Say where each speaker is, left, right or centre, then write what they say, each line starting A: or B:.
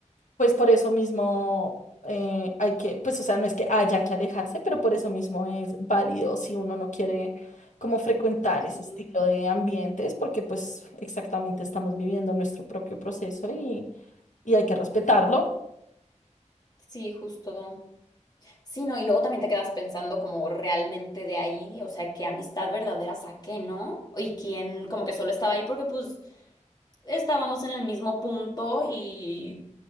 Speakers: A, on the left; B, on the left.
A: Pues por eso mismo eh, hay que, pues o sea, no es que haya que alejarse, pero por eso mismo es válido si uno no quiere como frecuentar
B: Sí.
A: ese estilo de ambientes, porque pues exactamente estamos viviendo nuestro propio proceso y, y hay que respetarlo.
B: Sí, justo. Sí, no, y luego también te quedas pensando como realmente de ahí, o sea, qué amistad verdadera saqué, ¿no? Y quién como que solo estaba ahí porque pues estábamos en el mismo punto y